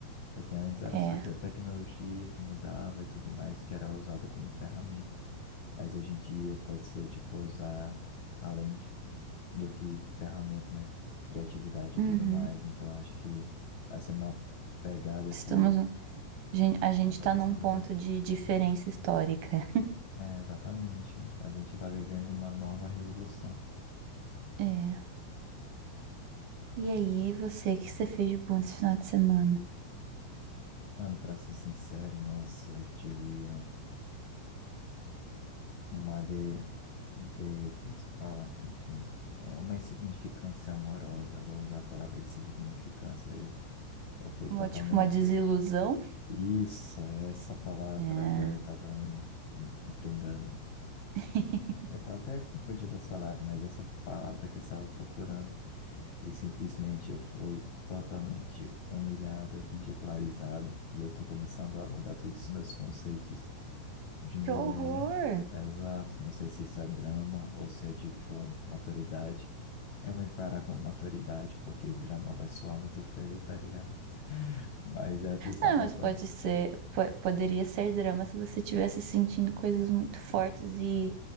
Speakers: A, on the left; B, on the right.
A: Porque antes era
B: é.
A: só que a tecnologia que mudava e tudo mais, que era usada como ferramenta. Mas hoje em dia pode ser, tipo, usar além de- do que ferramenta, né? Criatividade
B: Uhum.
A: e tudo mais. Então acho que vai ser uma pegada
B: Estamos.
A: que
B: A gente
A: nunca
B: tá
A: passamos
B: num ponto
A: antes.
B: de diferença histórica.
A: É, exatamente, mano. A gente tá vivendo uma nova revolução.
B: É. E aí, você, o que você fez de bom esse final de semana?
A: Mano, pra ser sincero, nossa, eu tive um uma de, de, como se fala? Enfim, é uma insignificância amorosa, vou usar a palavra insignificância, eu, eu fui totalmente...
B: Uma, tipo, uma desilusão?
A: Isso, é essa palavra
B: É.
A: que eu estava entregando.
B: <laughs>
A: Eu tô até confundindo as palavras, mas essa palavra que eu estava procurando, e simplesmente eu fui totalmente humilhado, ridicularizado, e eu tô começando a mudar todos os meus conceitos de mulher,
B: Que horror!
A: exato. Não sei se isso é drama ou se é tipo maturidade. Eu vou encarar como maturidade, porque drama vai soar muito feio, tá ligado? <laughs> Mas é o que está
B: Não,
A: passando.
B: mas pode ser, po- poderia ser drama se você estivesse sentindo coisas muito fortes e